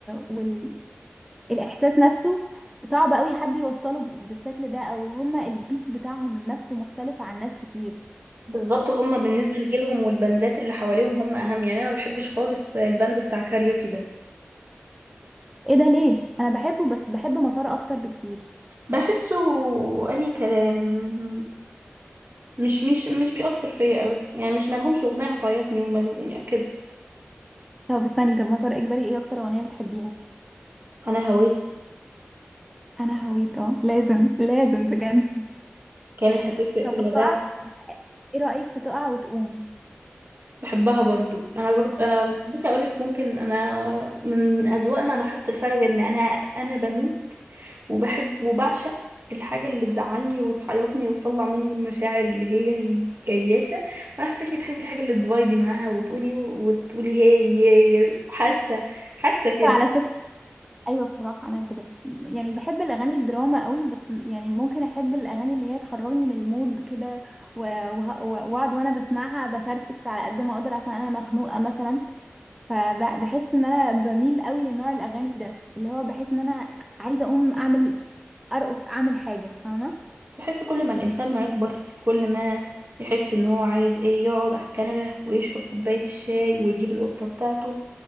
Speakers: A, in the centre; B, on the right.
A: وال الاحساس نفسه صعب قوي حد يوصله ب- بالشكل ده او هما البيت بتاعهم نفسه مختلف عن ناس كتير
B: بالظبط هما بالنسبه لجيلهم والبندات اللي حواليهم هم اهم يعني انا ما بحبش خالص البند بتاع كاريوكي ده
A: ايه ده ليه انا بحبه بس بحب مسار اكتر بكتير
B: بحسه اي كلام مش مش مش بيأثر فيا قوي يعني مش مالهمش اغنيه هتعيطني وماله يعني كده
A: طب استني طب مسار اجباري ايه اكتر اغنيه بتحبيها
B: انا هويت
A: انا هويت اه لازم لازم بجد
B: كانت
A: <laughs>
B: هتفرق
A: طب
B: في الوداع
A: وتقع ايه رايك في تقع وتقوم
B: بحبها برضو انا برضو انا بصي اقول لك ممكن انا من اذواقنا لاحظت الفرق بين انا انا بموت وبحب وبعشق الحاجه اللي تزعلني وتعيطني وتطلع مني المشاعر اللي هي الجياشه وانا حاساكي بتحبي الحاجه اللي تفايبي معاها وتقولي وتقولي هي هي هي. حاسه حاسه كده
A: وعلى فكره ايوه بصراحه انا كده يعني بحب الاغاني الدراما قوي بس يعني ممكن احب الاغاني اللي هي تخرجني من المود كده و- وه- و- واقعد وانا بسمعها بفرفس على قد ما اقدر عشان انا مخنوقه مثلا فبحس ان انا بميل قوي لنوع الاغاني ده اللي هو بحس ان انا عايزه اقوم اعمل ارقص اعمل حاجه فاهمه
B: بحس كل ما الإنسان ما يكبر كل ما يحس إن هو عايز إيه يقعد على الكنبة ويشرب كوباية الشاي ويجيب القطة بتاعته